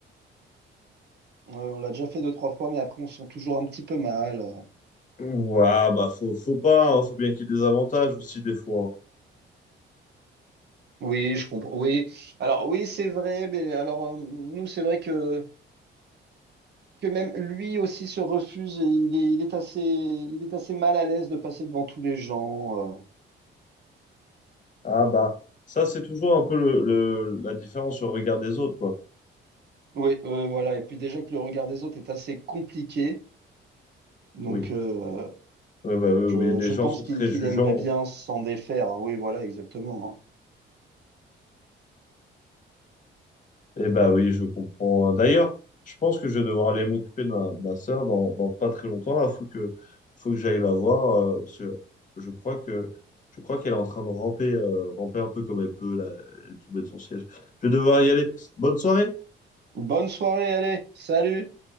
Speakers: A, on the right (about 55°); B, on the left (about 40°).
A: Euh, on l'a déjà fait deux, trois fois, mais après, on se sent toujours un petit peu mal.
B: Ouais, bah, faut, faut pas, hein, faut bien qu'il y ait des avantages aussi, des fois. hein.
A: Oui, je comprends. Oui. Alors, oui, c'est vrai, mais alors, euh, nous, c'est vrai que, que même lui aussi se refuse et il est, il est assez, il est assez mal à l'aise de passer devant tous les gens. euh.
B: Ah bah, ça c'est toujours un peu le, le- la différence au regard des autres, quoi.
A: Oui, euh, voilà. Et puis, déjà que le regard des autres est assez compliqué. Donc,
B: Oui,
A: euh,
B: Ouais, bah, oui,
A: Je,
B: oui, les
A: je
B: gens
A: pense
B: sont
A: qu'il
B: très
A: qu'il
B: jugeants.
A: aimerait bien s'en défaire. hein. Oui, voilà, exactement. hein.
B: Et bah oui, je comprends. hein. D'ailleurs, je pense que je vais devoir aller m'occuper de ma, ma sœur dans, dans pas très longtemps. Il faut que, faut que j'aille la voir. euh, parce que je crois que, je crois qu'elle est en train de ramper, euh, ramper un peu comme elle peut, là, elle est tombée de son siège. Je vais devoir y aller. Bonne soirée!
A: Bonne soirée, allez, salut!